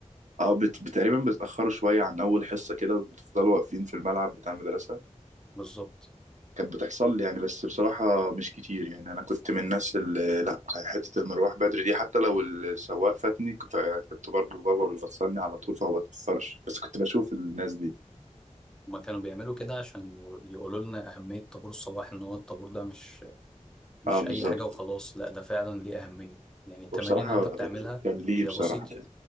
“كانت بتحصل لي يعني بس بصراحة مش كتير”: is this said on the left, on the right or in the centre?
Right